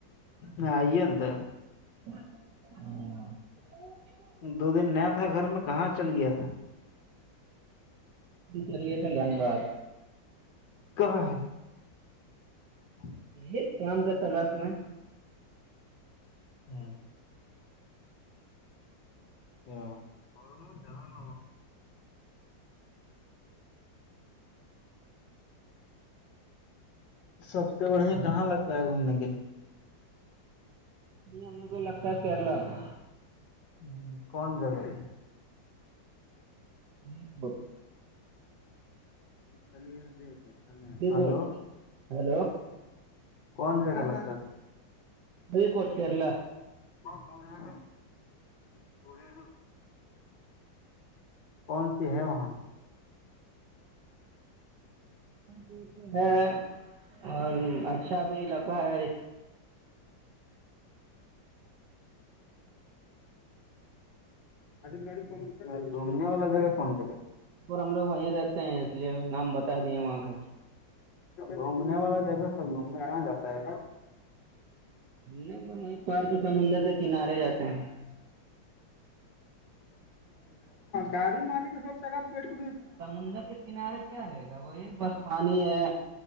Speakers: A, on the left (about 70°); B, on the right (about 65°).
A: نہیں آئیے ن تو
B: ہ
A: دو دن نیا تھا گھر میں کہاں چل گیا تھا
B: چل گئے تھے دھنباد
A: کہاں ہے ہاں
B: ایک کام کرتا لاش میں
A: ہوں او اوروم جان ن سب سے بڑھیا کہاں لگتا ہے گھومنے کے لیے
B: ہم لوگ کو لگتا ہے کیرلا میں
A: ہ کون جگاہ
B: میں
A: دلیر د ہلو
B: کوٹ ہیلو
A: کون جگا لگتا
B: وہ کووٹ کیرلہ
A: پہن ج ہے ک مڑے کون سی ہے وہاں
B: ک ہے اور اچھا بھی علاقہ ہے
A: گاڑ کو گھومنے والا جگا کون دگا
B: ہم لوگ وہیں رہتے ہیں اس لیے نام بتا دیے وہاں کا
A: گھومنے والا جگہ سب گھومنے کہاں جاتا ہے
B: نہیں وہیں پار تو سمندر کے کنارے جاتے ہیں
A: گاڑی مالک ہے سبا پیٹ کو
B: سمندر کے کنارے کیا رہے گا وہ یہ ب پانی ہے